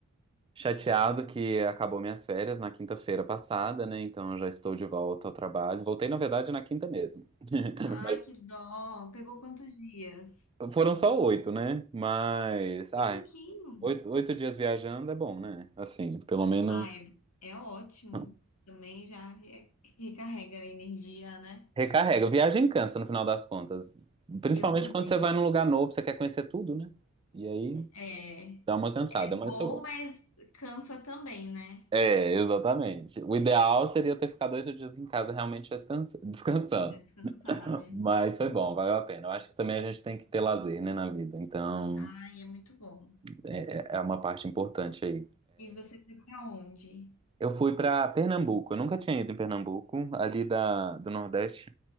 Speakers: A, on the right; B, on the left.
A: chateado que acabou minhas férias na quinta-feira passada, né? Então eu já estou de volta ao trabalho. Voltei, na verdade, na quinta mesmo. <laughs>
B: Ai,
A: Mas
B: que dó. Pegou quantos dias?
A: foram só oito, né? Mas, ai,
B: E pouquinho.
A: oito, oito dias viajando é bom, né? Assim, pelo menos
B: Ah, é, é ótimo.
A: <laughs>
B: Também já re- recarrega a energia, né?
A: recarrega. Viagem cansa no final das contas. Principalmente
B: Eu também.
A: quando você vai num lugar novo, você quer conhecer tudo, né? E aí
B: É
A: dá uma cansada, mas
B: bom,
A: foi bom.
B: mas cansa também, né?
A: É, exatamente. O ideal seria eu ter ficado oito dias em casa realmente descans- descansando.
B: Pra descansar, né?
A: Mas foi bom, valeu a pena. Eu acho que também a gente tem que ter lazer, né, na vida. Então,
B: Ai, é muito bom.
A: é, é é uma parte importante aí.
B: E você foi pra onde?
A: Eu fui pra Pernambuco. Eu nunca tinha ido em Pernambuco, ali da, do Nordeste.